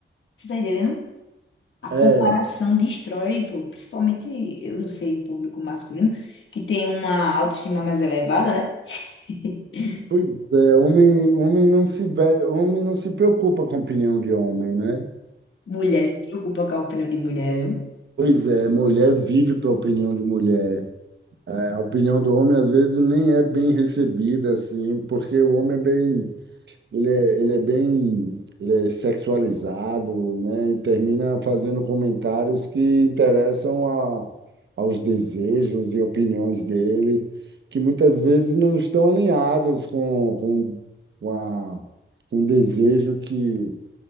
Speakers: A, on the left; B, on the right.
A: Você tá entendendo? A
B: É,
A: comparação destrói, pô, principalmente, eu não sei, público masculino, que tem uma autoestima mais elevada, né? <laughs>
B: pois é, homem, homem não se, ve- homem não se preocupa com a opinião de homem, né?
A: Mulher se preocupa com a opinião de mulher, viu?
B: Pois é, mulher vive para a opinião de mulher. A a opinião do homem às vezes nem é bem recebida assim, porque o homem é bem, ele é, ele é bem, ele é sexualizado, né? E termina fazendo comentários que interessam a, aos desejos e opiniões dele, que muitas vezes não estão alinhadas com, com, com a, com o desejo que,